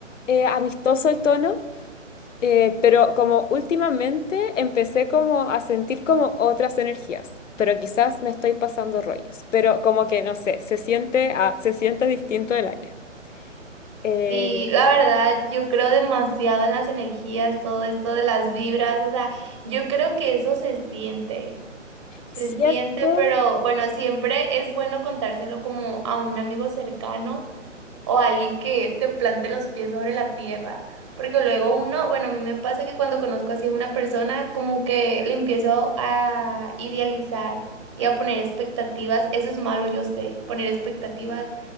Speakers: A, on the left (about 75°); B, on the right (about 25°).
A: eh, amistoso el tono. Eh, pero como últimamente empecé como a sentir como otras energías, pero quizás me estoy pasando rollos, pero como que no sé, se siente, ah, se siente distinto el aire. Eh,
B: Sí, la verdad, yo creo demasiado en las energías, todo esto de las vibras, o sea, yo creo que eso se siente, se
A: ¿cierto?
B: siente, pero bueno, siempre es bueno contárselo como a un amigo cercano o a alguien que te plante los pies sobre la tierra, porque luego uno, bueno, a mí me pasa que cuando conozco así a una persona, como que le empiezo a idealizar y a poner expectativas, eso es malo, yo sé, poner expectativas